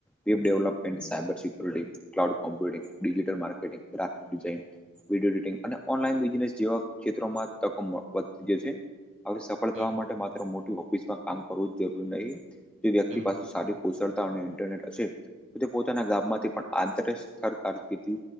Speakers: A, in the centre; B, on the right.
A: web development, cyber security, cloud computing digital marketing, graphic ડિઝઇન
B: હમ
A: વિડીયો એડિટિંગ અને ઓનલાઈન બિઝનેસ જેવા ક્ષેત્રોમાં તકો વધતી જશે. હવે સફળ
B: હમ
A: થવા માટે માત્ર મોટી ઓફિસમાં કામ કરવું જ જરૂરી નહીિ. જે વ્યક્તિ
B: હમ
A: પાસે સારી કુશળતા અને ઇન્ટરનેટ હશે તો તે પોતાના ગામમાંથી પણ આંતર સ્થળ કારકર્દી